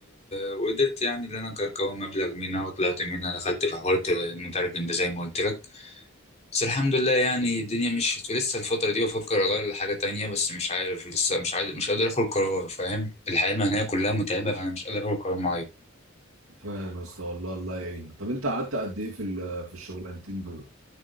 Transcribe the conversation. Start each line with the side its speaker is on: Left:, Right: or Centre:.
Left: وقدرت يعني ان انا اكون مبلغ منها وطلعت منها دخلت في حوار المترجم ده زي ما قلت لك بس الحمد لله يعني الدنيا مشيت لسه الفتره دي بفكر اغير لحاجه تانية بس مش عارف لسه مش عارف مش قادر اخد قرار فاهم الحياه المهنيه كلها متعبه فانا مش قادر اخد قرار معين
Right: فاهم يا اسطى والله الله يعينك طب انت قعدت قد ايه في ال- في الشغلانتين دول